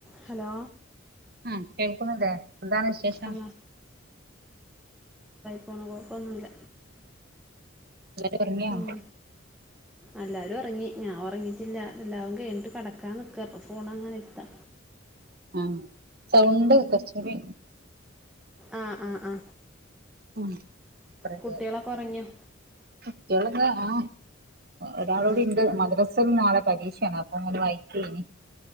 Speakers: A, in the centre; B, on the right.
A: Hello
B: ആ കേൾക്കുന്നില്ലേ എന്താണ് വിശേഷം?
A: ആ പോണ് കൊഴപ്പൊന്നു ഇല്ല
B: എല്ലാരും ഉറങ്ങിയോ
A: ഉം അല്ലാരും ഒറങ്ങി ഞാൻ ഒറങ്ങിട്ടില്ല എല്ലാ ഒ കെഴിഞ്ഞിട്ട് കടക്കാൻ നിക്കാപ്പൊ ഫോണ് അങ്ങനെ ഇട്ത്താ
B: ആഹ് സൗണ്ട് കൊർച്ചൂടി
A: ആ ആ ആ
B: ഉം ഇബെടെ ഇല്ലെ
A: കുട്ടികളൊക്കെ ഉറങ്ങിയോ
B: കുട്ടിയാളൊക്കെ ആ ഒരാളുടി
A: ആ
B: ഇണ്ട് മദ്രസയിൽ നാളെ പരീക്ഷാണ് അപ്പ അങ്ങനെ വായിക്കേനി